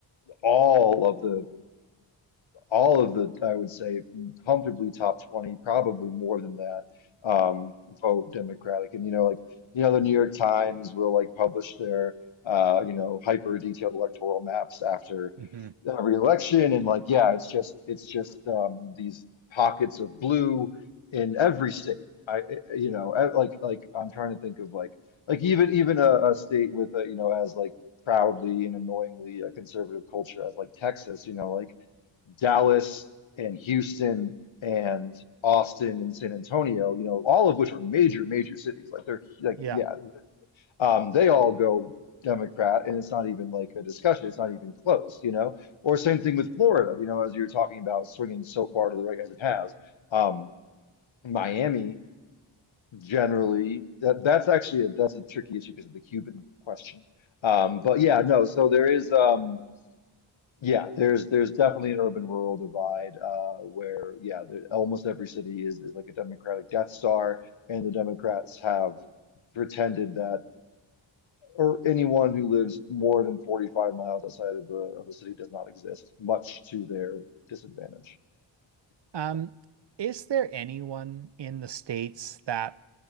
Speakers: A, on the left; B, on the right.
A: all of the all of the, I would say, comfortably top 20, probably more than that, um, vote Democratic. And, you know, like, you know, the New York Times will like publish their, uh, you know, hyper detailed electoral maps after
B: Mhm.
A: every election. And like, yeah, it's just, it's just um, these pockets of blue in every state. I, you know, I- like, like I'm trying to think of like, like even, even a, a state with a, you know, as like, proudly and annoyingly a conservative culture as like Texas, you know, like Dallas and Houston and Austin and San Antonio, you know, all of which are major, major cities. Like they're like,
B: Yeah.
A: yeah, um, they all go Democrat, and it's not even like a discussion. It's not even close, you know. Or same thing with Florida, you know, as you were talking about swinging so far to the right as it has. Um, Miami generally, that, that's actually a, that's a tricky issue because of the Cuban question. Um, but yeah, no. So there is. Um, yeah, there's there's definitely an urban rural divide uh, where yeah, the, almost every city is, is like a Democratic Death Star, and the Democrats have pretended that or anyone who lives more than 45 miles outside of a, of a city does not exist, much to their disadvantage.
B: Um,
A: So.
B: is there anyone in the States that